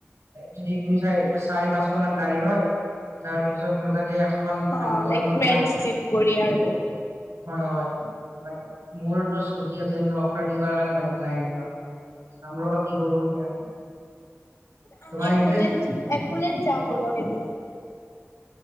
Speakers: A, on the right; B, on the left.
A: য <unintelligible> দুই চাৰ চাৰি পাঁচখন মান গাড়ী হয় তাৰপিছত মজাকে এখন
B: অ'
A: মানে মজা
B: লাইক
A: মজা
B: ফ্ৰেণ্ডছ
A: বাইক
B: ট্ৰিপ কৰি আৰু
A: হয় হয় বাট মোৰ আকৌ স্কুটি আছে মোৰ অফ ৰাইডিং কৰা কাৰণে বাইক নাই ৰবা চাম ৰ'বা কি কৰো এতিয়া
B: আমি
A: তোমাৰ
B: একু
A: ইন্টাৰেষ্ট
B: একুলেড যাওঁ বলক এদিন